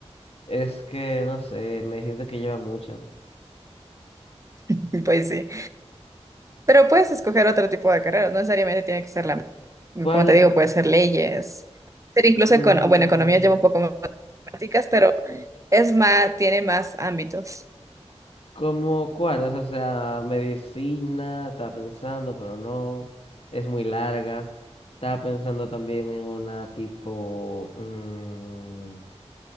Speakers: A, on the left; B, on the right.
A: es que no sé, me dijiste que lleva mucha.
B: <laughs> pues sí. Pero puedes escoger otro tipo de carreras, no necesariamente tiene que ser la misma.
A: ¿Cuál?
B: Como te digo, puede ser leyes, ser incluso,
A: Mm,
B: econo- bueno, economía lleva un poco más de matemáticas, pero Es más, tiene más ámbitos.
A: ¿cómo cuál? O sea, o sea, medicina, estaba pensando, pero no, es muy larga. Estaba pensando también en una tipo, mm,